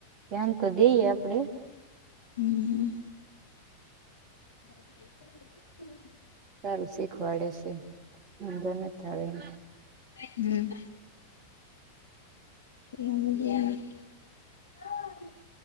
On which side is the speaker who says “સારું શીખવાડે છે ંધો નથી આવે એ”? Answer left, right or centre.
Right